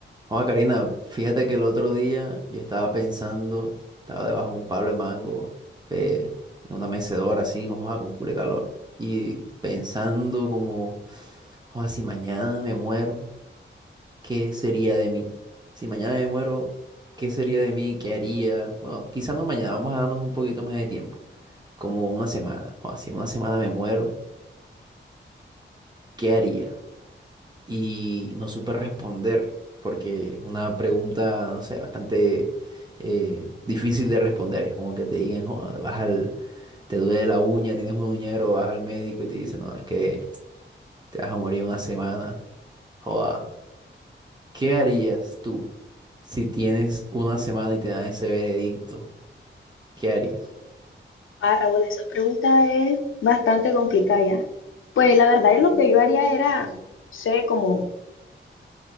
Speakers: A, on the right; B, on the left.
A: Juan Karina, fíjate que el otro día yo estaba pensando, estaba debajo de un palo de mango, pe- en una mecedora así, con, ah, con culo de calor, y pensando como, "Joda, si mañana me muero, ¿qué sería de mí? Si mañana me muero, ¿qué sería de mí? ¿Qué haría? Bueno, quizás no mañana, vamos a darnos un poquito más de tiempo, como una semana, o si en una semana me muero, ¿qué haría? y no supe responder porque es una pregunta, no sé, bastante eh, difícil de responder. Es como que te digan, "Joda, vas al, te duele la uña, tienes un uñero, vas al médico y te dicen, no, es que te vas a morir una semana. Joda, ¿qué harías tú si tienes una semana y te dan ese veredicto? ¿Qué harías?
B: Ah, Raúl, esa pregunta es bastante complicada ya. Pues la verdad es lo que yo haría era, no sé, como,